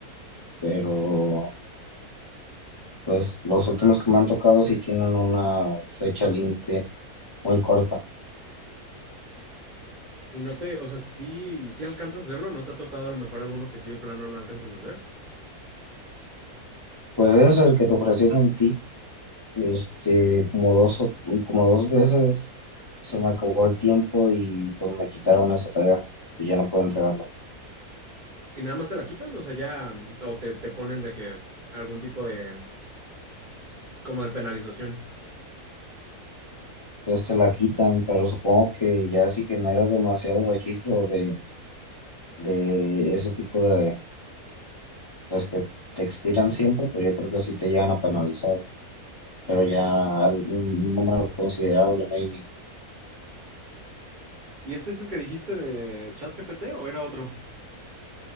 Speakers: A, on the left; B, on the right.
A: pero... Pues los últimos que me han tocado sí tienen una fecha límite muy corta.
B: Y no te, o sea, sí, sí alcanzas a hacerlo, ¿no te ha tocado a lo mejor alguno que sí de plano no alcances a hacer?
A: Pues es el que te ofrecieron a ti, este, como dos, o- como dos veces se me acabó el tiempo y pues me quitaron esa tarea, pues ya no puedo entregarla.
B: Y nada más te la quitan, o sea, ya, o te, te ponen de que algún tipo de, como de penalización.
A: Pues te la quitan, pero supongo que ya si generas demasiado registro de, de ese tipo de, pues que te expiran siempre, pues yo creo que sí te llegan a penalizar, pero ya un número considerable, maybe.
B: ¿Y este es el que dijiste de ChatGPT o era otro?